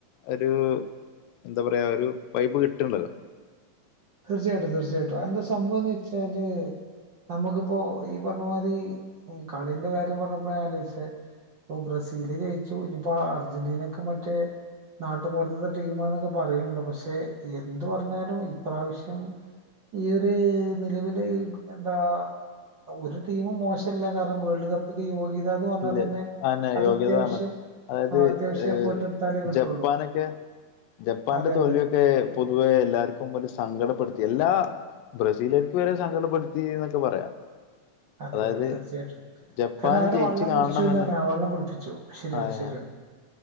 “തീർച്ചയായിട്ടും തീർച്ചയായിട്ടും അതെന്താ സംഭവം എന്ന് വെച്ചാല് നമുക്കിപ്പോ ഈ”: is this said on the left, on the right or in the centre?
Right